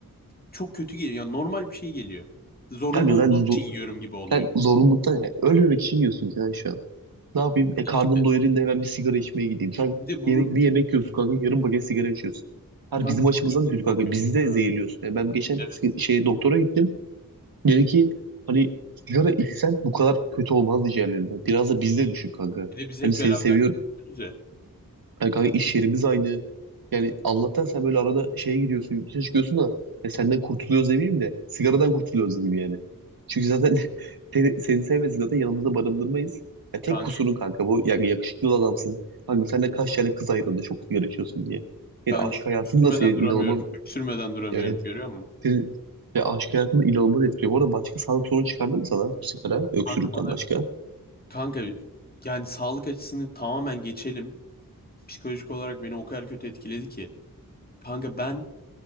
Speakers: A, on the left (about 25°); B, on the right (about 80°).
A: çok kötü geliyor. Yani normal bir şey geliyor. Zorunlu
B: kanka
A: olduğum
B: sen, zor,
A: için yiyorum gibi oluyor.
B: sen zorunluluktan yani ölmemek için yiyorsun yani şu an. Ne yapayım? E karnım
A: İşte
B: doyurayım da hemen bir sigara içmeye gideyim. Sen
A: bir de bunun
B: yemek, bir yemek yiyorsun kanka yarım paket sigara içiyorsun. Her
A: kanka
B: bizim
A: psikolojisi
B: açımızdan da kötü kanka.
A: çok kötü
B: Bizi de
A: ya.
B: zehirliyorsun. Yani ben geçen
A: Evet.
B: si- şeye doktora gittim. Dedi ki hani sigara içsen bu kadar kötü olmaz diğerlerine. Biraz da bizde düşün kanka.
A: Bir de biz hep
B: Hani seni
A: beraber
B: seviyor.
A: diyoruz ya.
B: Hani kanka iş yerimiz aynı. Yani Allah'tan sen böyle arada şeye gidiyorsun, yurt dışına çıkıyorsun da ya senden kurtuluyoruz demeyeyim de sigaradan kurtuluyoruz gibi yani. Çünkü zaten <laughs> seni, seni sevmesek zaten yanımızda barındırmayız. Ya tek
A: Kanka,
B: kusurun kanka bu. Yani yakışıklı adamsın. Kanka sen de kaç tane kız ayrıldı çok sigara içiyorsun diye. Yani
A: kanka
B: aşk hayatın
A: öksürmeden
B: da senin
A: duramıyorum.
B: inanılmaz
A: Öksürmeden duramıyorum.
B: evet.
A: Görüyor musun?
B: Senin ve aşk hayatında inanılmaz etkiliyor. Bu arada başka sağlık sorunu çıkardı mı sana sigara, öksürükten
A: Kanka bana
B: başka?
A: kanka yani sağlık açısını tamamen geçelim. Psikolojik olarak beni o kadar kötü etkiledi ki. Kanka ben